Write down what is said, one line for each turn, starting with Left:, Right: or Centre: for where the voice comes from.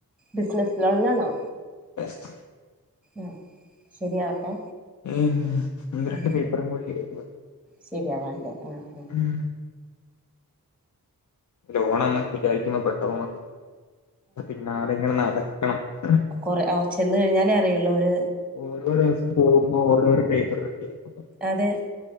Centre: ബിസ്നസ് ലോണിനാണോ?
Left: യെസ്
Centre: ഏ ശരിയാവട്ടെ.
Left: ഇഞ്ഞ് ഒന്ന്, രണ്ട്
Centre: ഉം
Left: പേപ്പറും കൂടി <unintelligible>
Centre: ശരിയാവാണ്ട് ആ ആ
Left: ഉം ലോണൊന്നും വിചാരിക്കുമ്പം പെട്ടന്ന് <unintelligible> പിന്നാലെങ്ങനെ നടക്കണം ഉം
Centre: കൊറേ ആ ചെന്ന് കഴിഞ്ഞാലേ അറിയുള്ളൂ ഒര്
Left: ഓരോ ദിവസം പോകുമ്പോൾ ഓരോരോ പേപ്പർ <unintelligible>
Centre: അതെ